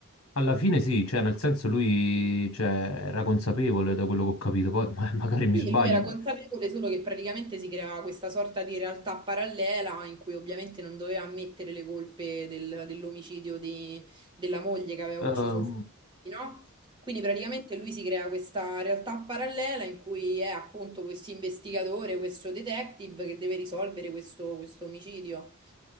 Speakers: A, on the left; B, on the right.
A: Alla fine sì, cioè nel senso lui cioè, era consapevole da quello che ho capito, poi <laughs> ma- magari mi
B: Sì,
A: sbaglio.
B: lui era
A: ma-
B: consapevole solo che praticamente si creava questa sorta di realtà parallela in cui ovviamente non doveva ammettere le colpe del- dell'omicidio di- della moglie che aveva
A: eh,
B: ucciso Uffizi, no? Quindi praticamente lui si crea questa realtà parallela in cui è appunto questo investigatore, questo detective che deve risolvere questo, questo omicidio.